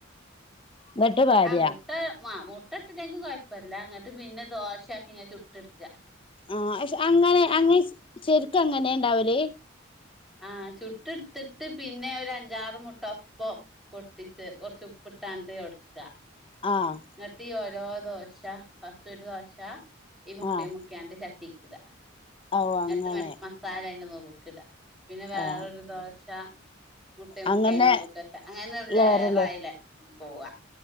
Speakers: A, on the left (about 25°); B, in the centre.
A: എന്നിട്ട് വര്യ
B: ആഹ് മുട്ട ആഹ് മുട്ട ഇട്ടില്ലെങ്കിൽ കുഴപ്പല്ല ഇങ്ങട്ട് പിന്നെ ദോശ ആക്കി ഇങ്ങനെ ചുട്ട് എടുക്കുക
A: ആഹ് പക്ഷെ അങ്ങനെ അങ്ങനെ ശരിക്ക് അങ്ങനെ ഉണ്ടാവല്
B: ആഹ് ചുട്ടെട്ത്തിട്ട് പിന്നെ ഒരു അഞ്ചാറ് മുട്ട ഒപ്പം പൊട്ടിച്ച് കൊറച്ച് ഉപ്പിട്ടാണ്ട് ഒടക്കുക
A: ആഹ്
B: ഇന്നട്ട് ഈ ഓരോ ദോശ ഫസ്റ്റ് ഒരു ദോശ ഈ മുട്ടയും
A: ആഹ്
B: മുക്ക്യാണ്ട് ചട്ടി ക്കിട
A: ഓ
B: ന്നട്ട്
A: അങ്ങനെ
B: മറ്റ് മസാലയ്ന്റെ നെറൂക്ക്ടാ പിന്നെ വേറൊരു
A: ആഹ്
B: ദോശ മുട്ടേ മുക്കി
A: അങ്ങനെ
B: അയ്ന്റെനെറൂക്കെക്ക അങ്ങനെ ഒരു ലെയറായി
A: ലെയറല്ലേ
B: ലെ പോവാ